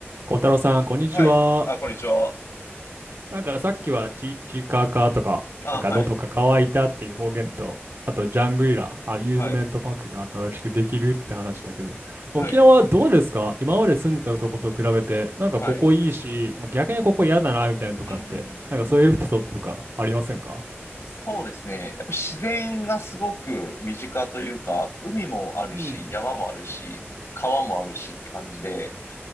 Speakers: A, on the right; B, on the left.
A: 小太郎さん、こんにちは。
B: はい。あ、こんにちは。
A: なんかさっきはチーチカカとか、
B: あ、
A: なんか喉が渇いたっていう方言と、
B: はい。
A: あとジャングリラ、アミューズメントパークが新しくできるって話だけど、
B: はい。はい。
A: 沖縄はどうですか今まで住んでたとこと比べて、なんかここいいし、
B: はい。
A: まあ逆にここ嫌だなみたいなのとかって、
B: うんうん。
A: なんかそういうエピソードとかありませんか
B: そうですね。やっぱ自然がすごく身近というか、海もあるし、
A: うん。
B: 山もあるし、川もあるしって感じで、